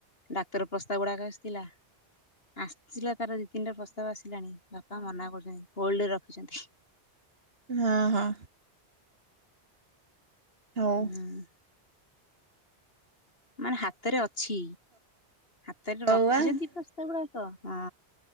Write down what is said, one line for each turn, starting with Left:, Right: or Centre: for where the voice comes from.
Left: ଡାକ୍ତର ପ୍ରସ୍ତାବ ଗୁଡାକ ଆସିଥିଲା। ଆସିଥିଲା ତାର ଦି ତିନିଟା ପ୍ରସ୍ତାବ ଆସିଲାଣି ବାପା ମନା କରୁଛନ୍ତି ହୋଲଡରେ ରଖିଛନ୍ତି।
Right: ହଁ ହଁ। ହଉ
Left: ହୁଁ। ମାନେ ହାତରେ ଅଛି। ହାତରେ ରଖିଛନ୍ତି
Right: ହଉ ଆ।
Left: ପ୍ରସ୍ ସେଗୁଡାକ ହଁ